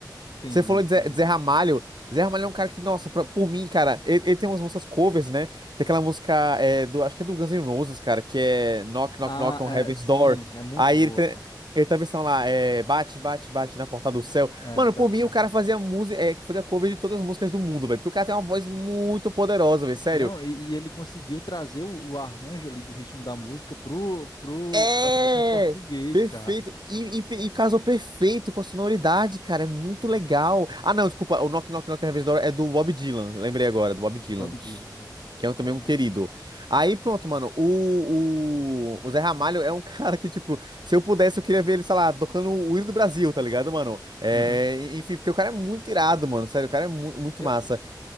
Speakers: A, on the left; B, on the right.
A: entendi,
B: Você falou
A: entendi.
B: de Zé, de Zé Ramalho. Zé Ramalho é um cara que, nossa, pra- por mim, cara, ele, ele tem umas músicas covers, né? Tem aquela música, é, do, acho que é do Guns N' Roses, cara, que é Knock, Knock,
A: Ah,
B: Knock on
A: é,
B: Heaven's
A: sim,
B: Door.
A: é muito
B: Aí
A: boa,
B: ele tem,
A: cara.
B: ele tem a versão lá, é, bate, bate, bate na porta
A: Não,
B: do céu.
A: é,
B: Mano,
A: tradução.
B: por mim, o cara fazia música, é, fazia cover de todas as músicas do mundo, velho. Porque o cara tem uma voz muito poderosa, velho, sério.
A: Não, e, e ele conseguiu trazer o, o arranjo ali do ritmo da música pro, pro,
B: É!
A: pra tradução em português,
B: Perfeito.
A: cara.
B: E, e, pe- e casou perfeito com a sonoridade, cara. É muito legal. Ah, não, desculpa. O Knock Knock Knock Heaven's Door é do Bob Dylan. Lembrei agora, do Bob Dylan.
A: Bob Dylan, né?
B: Que é também
A: Bob
B: um querido.
A: Dylan.
B: Aí pronto, mano. O, o, o Zé Ramalho é um <laughs> cara que, tipo, se eu pudesse, eu queria ver ele, sei lá, tocando o hino do Brasil, tá ligado, mano? É,
A: Uhum.
B: enfim, porque o cara é muito irado, mano. Sério, o cara é mu- muito
A: Eu,
B: massa.